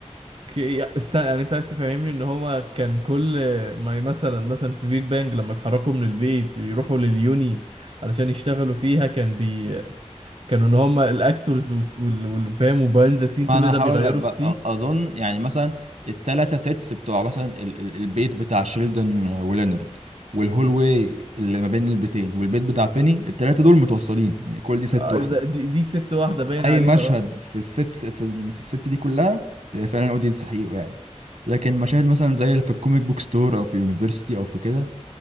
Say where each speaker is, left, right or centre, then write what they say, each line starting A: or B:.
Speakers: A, on the right (about 55°); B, on the right (about 80°).
A: ك- يا- استنى يعني انت عايز تفهمني ان هو كان كل ما ي- مثلا مثلا في بيج بانج لما اتحركوا من البيت يروحوا لليوني علشان يشتغلوا فيها كان بي كانوا ان هم الاكتورز والفام وبايند ذا سين
B: ما
A: كل
B: انا
A: ده بيغيروا
B: هقول لك بقى
A: السي
B: أ- اظن يعني مثلا التلاتة سيتس بتوع مثلا ال ال البيت بتاع شيلدن ولينارد والهول واي اللي ما بين البيتين والبيت بتاع بيني التلاتة دول متوصلين يعني كل دي ست
A: آه،
B: واحدة
A: ده- دي, دي ست واحده باين
B: اي
A: عليها
B: مشهد
A: اه
B: في الستس في ال- يعني في الست دي كلها بيبقى فعلا اودينس حقيقي وقاعد لكن مشاهد مثلا زي اللي في الكوميك بوك ستور او في اليونيفرسيتي او في كده